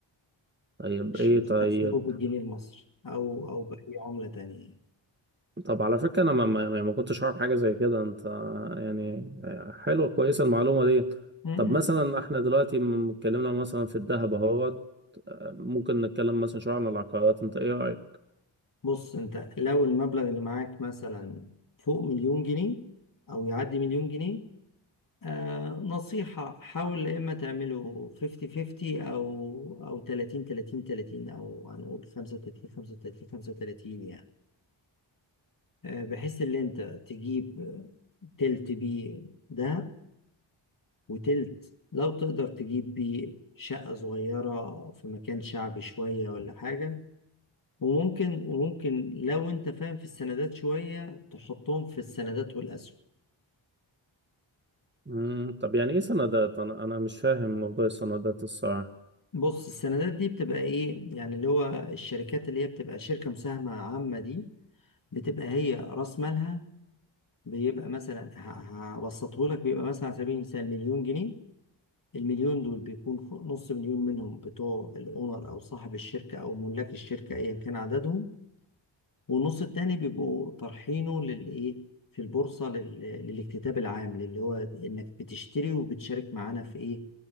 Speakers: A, on the right; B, on the left.
A: طيب
B: مش
A: ايه
B: بتحسبه
A: طيب
B: بالجنيه المصري او او باي عملة تانية يعني.
A: طب على فكرة انا ما, ما, يعني ما كنتش اعرف حاجة زي كده انت يعني حلوة كويسة المعلومة دي
B: مم.
A: طب مثلا احنا دلوقتي م- اتكلمنا مثلا في الذهب اهوت ممكن نتكلم مثلا شوية عن العقارات انت ايه رأيك؟
B: بص انت لو المبلغ اللي معاك مثلا فوق مليون جنيه او يعدي مليون جنيه آه نصيحة حاول يا اما تعمله 50 50 او او 30 30 30 او هنقول 35 35 35 يعني آه بحيث ان انت تجيب تلت بيه دهب وتلت لو تقدر تجيب بيه شقة صغيرة في مكان شعبي شوية ولا حاجة وممكن وممكن لو انت فاهم في السندات شوية تحطهم في السندات والأسهم
A: مم، طب يعني ايه سندات انا انا مش فاهم موضوع السندات الصراحة
B: بص السندات دي بتبقى ايه يعني اللي هو الشركات اللي هي بتبقى شركة مساهمة عامة دي بتبقى هي رأس مالها بيبقى مثلا هبسطه لك بيبقى مثلا على سبيل المثال مليون جنيه المليون دول بيكون خ- نص مليون منهم بتوع الأونر أو صاحب الشركة أو ملاك الشركة أيا كان عددهم والنص التاني بيبقوا طرحينه للايه في البورصة لل... للاكتتاب العام اللي هو انك بتشتري وبتشارك معانا في ايه